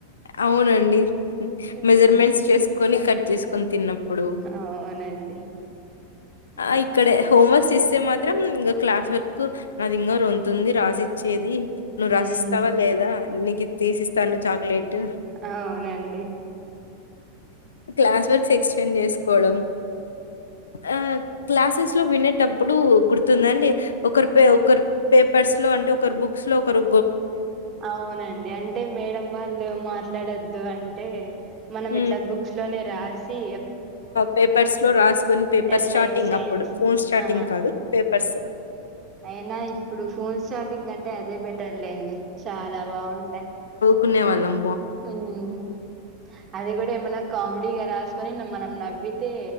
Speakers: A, on the left; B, on the right.
A: అవునండి
B: ఉమ్,
A: మెజర్మెంట్స్ చేసుకొని కట్ పున్ తిన్నప్పుడు
B: అవునండి
A: ఆ ఇక్కడే హోం వర్క్స్ ఇస్తే మాత్రం ఇం క్లాస్ వర్క్ నాదింగ రొంతుంది రాసి చ్చేది నువ్వు
B: ఉమ్
A: రసిస్తావా లేదా నీకు ఇది తీసి ఇస్తాను లేటు
B: అవునండి
A: క్లాస్ వర్క్స్ ఎ ఎక్చేంజ్ జెసుకోవడం ఆ క్లాసెస్ లో వినేటప్పుడు గుర్తుందండి ఒకరి పే ఒకరు పేపర్స్ లో అంటే ఒక బుక్స్ లో ఒక రు
B: అవునండి అంటే మేడం వాళ్ళు మాట్లాడొద్దు అంటే మనం
A: హ్మ్.
B: ఇట్ల బుక్స్ లోనే రాసి
A: పేపర్స్ లో రాసుకుని పేపర్
B: అట్లా
A: స్టార్టింగ్
B: ఎక్స్చేంజ్
A: అప్పుడు ఫోన్ స్టార్టింగ్
B: ఆ
A: కాదు పేపర్స్
B: అయినా ఇప్పుడు ఫోన్స్ చాటింగ్ కంటే అదే బెటర్ లేండి చాలా బాగుండే
A: కునేవాళ్ళం
B: హ్మ్మ్ అది గుడ ఏమన్నా కామెడీగా రాసుకొని మనం నవ్వితే